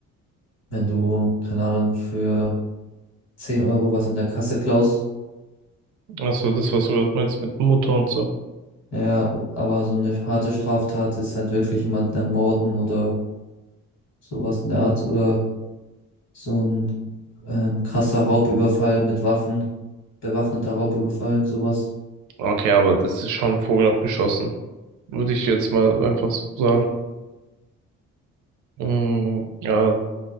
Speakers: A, on the left; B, on the right.
A: Wenn du, keine Ahnung, für 10 Euro was an der Kasse klaust,
B: Achso, das, was du gerade meinst mit Mutter und so.
A: Ja, aber so eine harte Straftat ist halt wirklich jemand dann morden oder sowas in der Art oder so ein ähm, krasser Raubüberfall mit Waffen, bewaffneter Raubüberfall, sowas.
B: Okay, aber das ist schon Vogel abgeschossen. Würde ich jetzt mal einfach so sagen. Mhm. Ja,